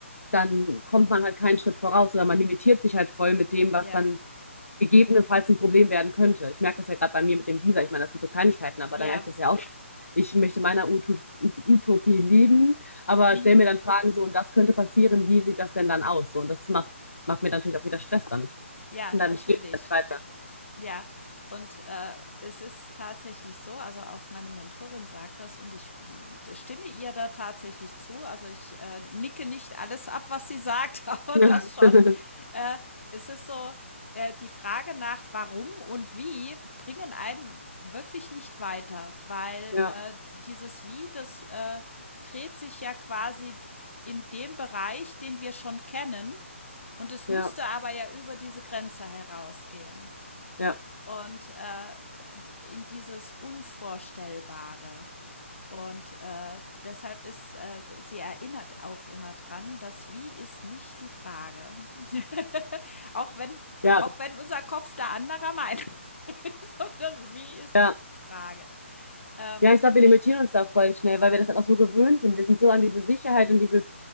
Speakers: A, on the left (about 85°); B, on the left (about 65°).
A: dann kommt man halt keinen Schritt voraus oder man limitiert sich halt voll mit dem, was
B: Ja,
A: dann gegebenenfalls ein Problem werden könnte. Ich merke das ja gerade bei mir mit dem Visa. Ich meine, das sind so Kleinigkeiten, aber
B: ja,
A: da merke ich das ja auch. schon. Ich möchte meiner Ut- Utopie leben, aber
B: mhm.
A: stelle mir dann Fragen so, und das könnte passieren, wie sieht das denn dann aus? So, und das macht, macht mir natürlich auch wieder Stress dann.
B: Ja,
A: Und
B: natürlich.
A: dadurch geht es dann weiter.
B: Ja, und äh, es ist tatsächlich so, also auch meine Mentorin sagt das und ich mm, stimme ihr da tatsächlich zu. Also ich äh, nicke nicht alles ab, was sie sagt, <laughs> aber
A: <laughs>
B: das schon. Äh, es ist so, äh, die Frage nach warum und wie bringen einen wirklich nicht weiter, weil
A: Ja,
B: äh, dieses Wie, das äh, dreht sich ja quasi in dem Bereich, den wir schon kennen und es
A: ja,
B: müsste aber ja über diese Grenze herausgehen
A: ja,
B: und äh, in dieses Unvorstellbare. Und äh, deshalb ist, äh, sie erinnert auch immer dran, das Wie ist nicht die Frage. <laughs> auch, wenn,
A: ja,
B: auch
A: das,
B: wenn unser Kopf da anderer Meinung <laughs> ist, aber das Wie ist
A: ja.
B: nicht die Frage. Ähm,
A: Ja, ich glaube, wir limitieren uns da voll schnell, weil wir das halt auch so gewöhnt sind. Wir sind so an diese Sicherheit und dieses